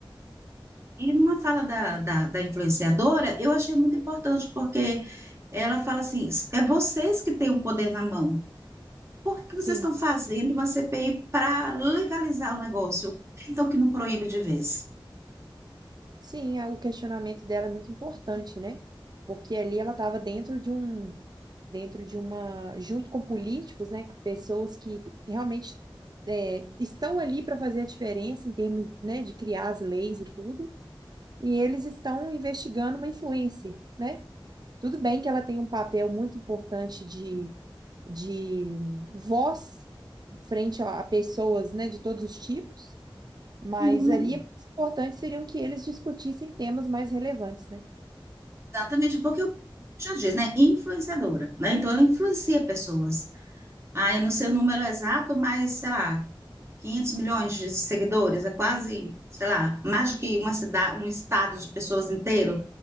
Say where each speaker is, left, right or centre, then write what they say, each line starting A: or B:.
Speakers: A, on the right (about 30°); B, on the right (about 50°).
A: E numa fala da, da, da influenciadora, eu achei muito importante, porque ela fala assim: é vocês que têm o poder na mão. Por que vocês
B: sim,
A: estão fazendo uma CPI para legalizar o negócio? Então, que não proíbe de vez.
B: Sim, a- o questionamento dela é muito importante, né? Porque ali ela estava dentro de um, dentro de uma, junto com políticos, né? com Pessoas que realmente é, estão ali para fazer a diferença em termos, né, de criar as leis e tudo, e eles estão investigando uma influência, né? Tudo bem que ela tem um papel muito importante de, de voz frente a a pessoas, né, de todos os tipos, mas
A: Hum,
B: ali, é mais importante seriam que eles discutissem temas mais relevantes, né?
A: Exatamente, porque eu já diz, né? Influenciadora, né? Então, ela influencia pessoas. Ah, eu não sei o número exato, mas, sei lá, 500 milhões de seguidores, é quase, sei lá, mais do que uma cidade, um estado de pessoas inteiro,